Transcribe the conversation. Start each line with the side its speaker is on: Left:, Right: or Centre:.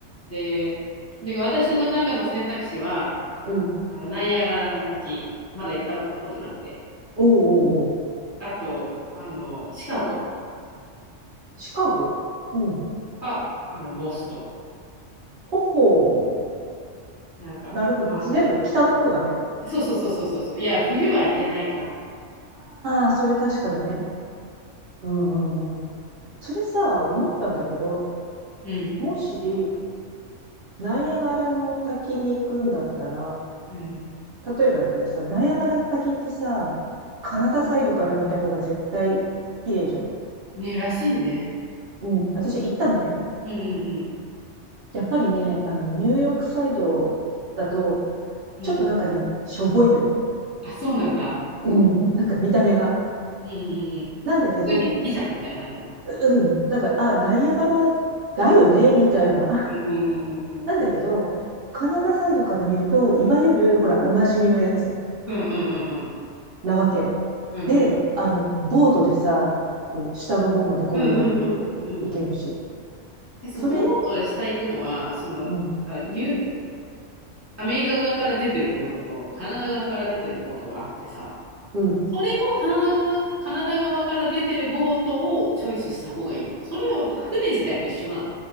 Left: で、なんか私の中の選択肢は、
Right: うん、
Left: あの、ナイアガラの滝、まだ行ったことなくて、
Right: おー、おー、おー
Left: あと、あの、シカゴ
Right: シカゴうん。
Left: か、あの、ボスト
Right: ほほ
Left: ン、なんか、
Right: ー。なるほど。
Left: このあたり。
Right: 全部北の方だね。
Left: そうそうそうそうそうそう。いや、冬は行けないから。
Right: ああ、それ確かにね。うんうんうん。それさ、思ったんだけど、
Left: うん。
Right: もし、ナイアガラの滝に行くんだったら、
Left: うん。
Right: 例えばだけどさ、ナイアガラの滝ってさ、カナダサイドから見た方が絶対綺麗じゃん。
Left: ね、らしいね。
Right: うん。私行ったのね。
Left: うんうん
Right: やっぱりね、あの、ニューヨークサイドだと、
Left: うん。
Right: ちょっとなんかね、
Left: うん。
Right: しょぼいのよ。
Left: あ、そうなんだ。
Right: うん。なんか見た目が。
Left: うんうんうん。
Right: なんだけど、
Left: 普通に好きじゃんみたいな感じだね。
Right: うん。なんか、あ、ナイアガラだよね、みたいな。<laughs>
Left: うんうんうんうんうん。
Right: なんだけど、カナダサイドから見ると、いわゆる、ほら、おなじみのやつ
Left: うんうんうんうん。
Right: なわけ。
Left: うんうん
Right: で、あの、ボートでさ、こう、下の方までゴーって行けるし。
Left: うんうんうん。え、そのボートへ下行くのは、
Right: それ、
Left: その、
Right: うん、
Left: あニュ、アメリカ側から出てるボートと、カナダ側から出てるボートがあってさ、
Right: うん。い
Left: それもカナダ側、カナダ側から出てるボートをチョイスした方がいいの。それは船自体は一緒なの。